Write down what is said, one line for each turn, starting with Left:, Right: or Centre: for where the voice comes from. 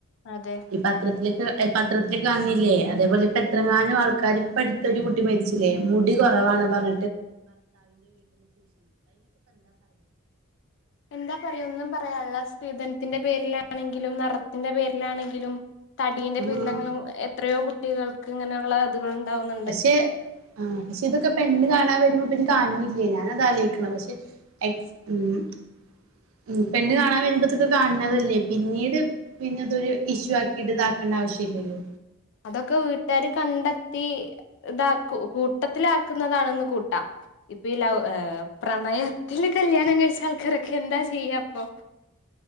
Left: അതെ
Right: ഈ പത്രത്തിലൊക്കെ പത്രത്തിലേക്ക് കാണില്ലേ പത്രത്തിൽ പത്രത്തിൽ കാണുന്നില്ലേ അതേപോലെ ഇപ്പോ എത്രങ്ങാനും ആൾക്കാർ ഇപ്പോ അടുത്തൊരു കുട്ടി മ അതികും പെൺകുട്ടി കളാണെന്ന്
Left: എന്താ പറയ ഒന്നും പറയുള്ള സ്ത്രീധനത്തിന്റെ പേരിലാണെങ്കിലും നടറത്തിന്റെ പേരിലാണെങ്കിലും തടീന്റെ
Right: ആഹ്
Left: പിീരിലങ്ങളും എത്രയോ കുട്ടികൾ ഇങ്ങനെയുള്ള ഇതുകൾ ഉണ്ടാവുന്നുണ്ട്
Right: പക്ഷെ ആ പക്ഷെ ഇതൊക്കെ പെണ് കാണാൻ വരുമ്പോ കാണില്ലേ ഞാന അത് ആലോചിക്കണം പക്ഷെ ഉ പെണ്ണ് കാണാൻ വരുമ്പോത്തൊക്കെ കാണണതല്ലേ പിന്നീട് പിന്നെ അതൊരു ഇഷ്യു ആക്കിട്ട് ഇതാക്കേണ്ട ആവശ്യം ഇില്ലല്ലോ
Left: അതൊക്കെ വീട്ടുകാാര് കണ്ടെത്തി ഇതാ കൂ ട്ടത്തിലാക്കുന്നതാണെന്ന് കൂട്ടാം ഇപ്പൊ ഈ ലൗ ഏർ പ്രണയത്തില് കല്യാണം കഴിച്ച ആൾക്കാരൊക്കെ എന്താ ചെയ്യാ അപ്പൊ